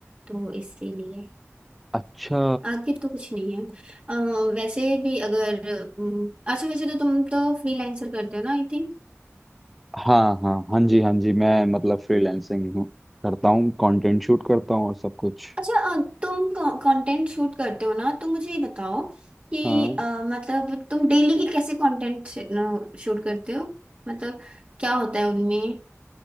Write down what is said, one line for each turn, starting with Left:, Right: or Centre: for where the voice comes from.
Right: तो इसीलिए
Centre: अच्छा
Right: आगे तो कुछ नहीं है अ, वैसे भी अगर अम, अच्छा वैसे तो तुम तो फ्रीलांसर करते हो ना आई थिंक
Centre: हाँ हाँ हाँ जी हाँ जी मैं मतलब फ्रीलैंसिंग हूँ करता हूँ कंटेंट शूट करता हूँ और सब कुछ
Right: अच्छा अ, तुम कंटेंट शूट करते हो ना तो मुझे ये बताओ कि
Centre: हाँ
Right: अ, मतलब तुम डेली के कैसे कंटेंट शूट करते हो मतलब क्या होता है उनमें